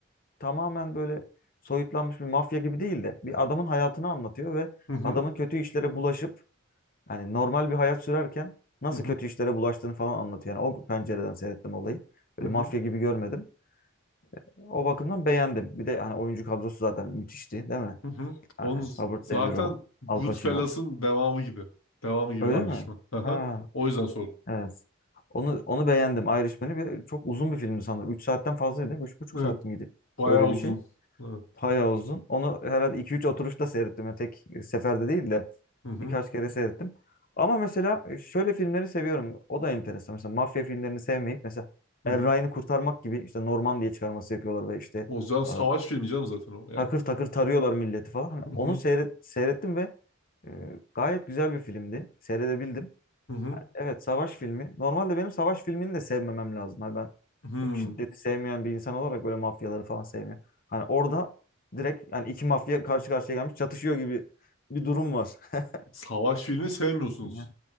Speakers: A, on the left; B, on the left.
A: tamamen böyle soyutlanmış bir mafya gibi değil de bir adamın hayatını anlatıyor ve
B: Hı hı.
A: adamın kötü işlere bulaşıp yani normal bir hayat sürerken nasıl
B: Hı hı.
A: kötü işlere bulaştığını falan anlatıyor. Yani o pencereden seyrettim olayı.
B: Hı
A: Böyle
B: hı.
A: mafya gibi görmedim. O bakımdan beğendim. Bir de hani oyuncu kadrosu zaten müthişti değil mi?
B: Hı hı. Onun
A: Yani
B: z-
A: Robert
B: zaten
A: De Niro,
B: Goodfellas'ın
A: Al Pacino.
B: devamı gibi. Devamı gibi
A: Öyle
B: Irishman.
A: mi?
B: Aha.
A: Ha,
B: O yüzden sordum.
A: Evet. Onu onu beğendim. Irishman'i ve çok uzun bir filmdi sanırım. 3 saatten fazlaydı değil mi? üç buçuk
B: Evet.
A: saat miydi?
B: Bayağı
A: Öyle
B: uzun.
A: bir şey.
B: Evet.
A: Bayağı uzun. Onu herhalde 2-3 oturuşta seyrettim. Yani tek seferde değil de
B: Hı hı.
A: birkaç kere seyrettim. Ama mesela şöyle filmleri seviyorum. O da enteresan. Mesela mafya filmlerini sevmeyip mesela
B: Hı
A: Er
B: hı.
A: Ryan'ı kurtarmak gibi işte Norman diye çıkarması yapıyorlar ve işte
B: O yüzden savaş
A: e,
B: filmi canım zaten o yani.
A: takır takır tarıyorlar milleti falan. Hani
B: Hı
A: onu
B: hı.
A: seyret, seyrettim ve e, gayet güzel bir filmdi. Seyredebildim.
B: Hı hı.
A: Evet savaş filmi. Normalde benim savaş filmini de sevmemem lazım. Hani ben
B: Hı.
A: çok şiddeti sevmeyen bir insan olarak böyle mafyaları falan sevmiyorum. Hani orada direkt yani iki mafya karşı karşıya gelmiş çatışıyor gibi bir durum var. <laughs>
B: Savaş filmi sevmiyorsunuz.
A: Yani